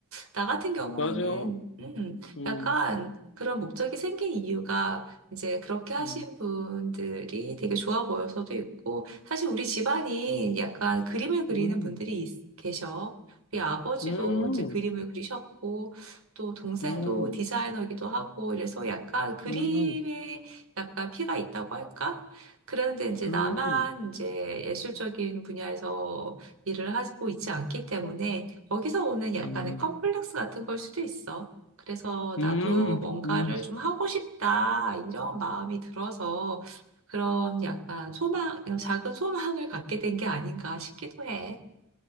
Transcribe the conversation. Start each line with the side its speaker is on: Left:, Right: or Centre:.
Right: 나 같은 경우에는,
Left: 맞아.
Right: 음,
Left: 응,
Right: 약간 그런 목적이 생긴 이유가 이제 그렇게 하신
Left: 응,
Right: 분들이 되게 좋아 보여서도 있고, 사실 우리 집안이 약간 그림을 그리는
Left: 응,
Right: 분들이 있- 계셔. 우리 아버지도
Left: 응,
Right: 이제 그림을 그리셨고, 또 동생도
Left: 응,
Right: 디자이너기도 하고, 이래서 약간 그림에
Left: 응, 응,
Right: 약간 피가 있다고 할까? 그런데 이제
Left: 응,
Right: 나만 이제 예술적인 분야에서 일을 하고 있지 않기 때문에 거기서 오는 약간의
Left: 응,
Right: 컴플렉스 같은 걸 수도 있어. 그래서
Left: 응,
Right: 나도 뭔가를
Left: 응.
Right: 좀 하고 싶다, 이런 마음이 들어서 그런 약간 소망, 작은 소망을 갖게 된 게 아닌가 싶기도 해.